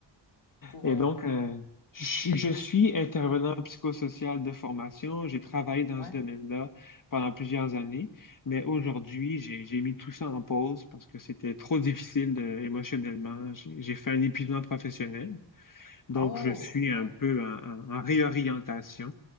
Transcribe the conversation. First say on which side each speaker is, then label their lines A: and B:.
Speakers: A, on the left; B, on the left.
A: pour.
B: Et
A: euh,
B: donc, euh, je, je suis intervenant psychosocial de formation. J'ai travaillé dans
A: Ouais.
B: ce domaine-là pendant plusieurs années, mais aujourd'hui, j'ai, j'ai mis tout ça en pause parce que c'était trop difficile euh, émotionnellement. J'ai j'ai fait un épuisement professionnel, donc
A: Ah oh!
B: je suis un
A: Ouais.
B: peu en en- en réorientation.